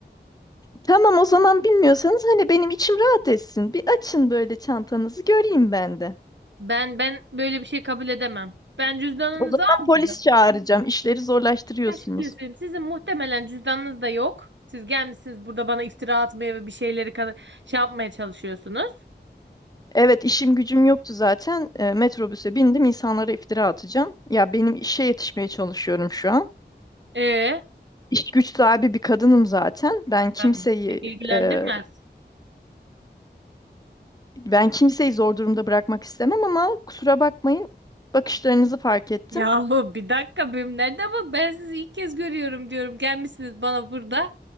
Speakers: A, on the left; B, on the right.
A: Tamam o zaman bilmiyorsanız hani benim içim rahat etsin. Bir açın böyle çantanızı göreyim ben de.
B: Ben ben böyle bir şey kabul edemem. Ben cüzdanınızı
A: O zaman
B: almadım.
A: polis çağıracağım. İşleri zorlaştırıyorsunuz.
B: Ya şöyle söyleyeyim, sizin muhtemelen cüzdanınız da yok. Siz gelmişsiniz burada bana iftira atmaya ve bir şeyleri ka- şey yapmaya çalışıyorsunuz.
A: Evet işim gücüm yoktu zaten. E, metrobüse bindim insanlara iftira atacağım. Ya benim işe yetişmeye çalışıyorum şu an.
B: E
A: İş güç sahibi bir kadınım zaten. Ben
B: ben
A: kimseyi
B: beni ilgilendirmez.
A: e, ben kimseyi zor durumda bırakmak istemem ama kusura bakmayın bakışlarınızı fark ettim.
B: Yahu bir dakika benim nerede bak ben sizi ilk kez görüyorum diyorum. Gelmişsiniz bana burada.